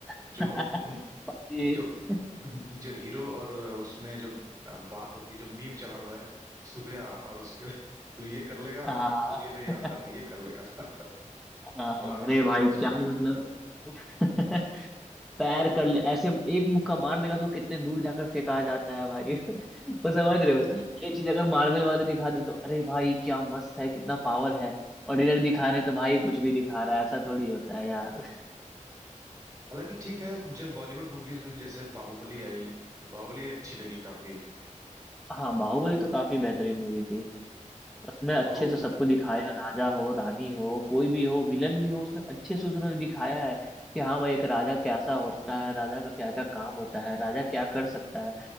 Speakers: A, in the centre; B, on the right (about 25°).
A: <laughs>
B: जो उन जो <laughs> जो हीरो और उसमें जो बात होती है जो मीम चला हुआ है सूर्या और उसके <laughs> तू ये कर लेगा
A: हाँ
B: तू ये नहीं जानता
A: हाँ,
B: तू ये कर लेगा
A: <laughs>
B: <laughs>
A: अरे
B: बड़ा हंसी
A: भाई
B: आता है उसको
A: क्या
B: देखे
A: मतलब <laughs> पैर कर ले ऐसे एक मुक्का मार देगा तो कितने दूर जाकर फेंका जाता है भाई <laughs> वो
B: <laughs>
A: समझ रहे हो ये चीज अगर मार्वल वाले दिखा दे तो अरे भाई क्या मस्त है कितना पावर है और इधर दिखा रहे हैं तो भाई कुछ भी दिखा रहा है ऐसा थोड़ी होता है यार
B: हालांकि ठीक है मुझे बॉलीवुड मूवीज में भी जैसे बाहुबली आई तो बाहुबली अच्छी लगी काफी
A: हाँ बाहुबली तो काफी बेहतरीन मूवी थी उसमें अच्छे
B: बाहु
A: से सबको दिखाया राजा हो रानी हो कोई भी हो विलन भी हो उसमें अच्छे से उन्होंने दिखाया है कि हाँ भाई एक राजा कैसा होता है राजा का क्या क्या काम होता है राजा क्या कर सकता है